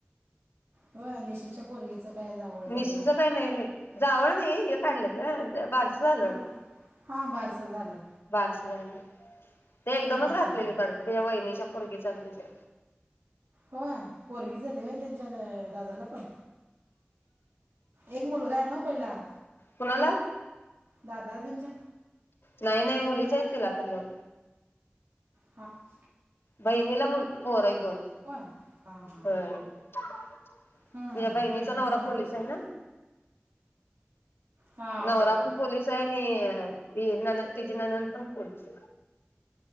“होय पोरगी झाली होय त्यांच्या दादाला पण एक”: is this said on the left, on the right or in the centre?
Right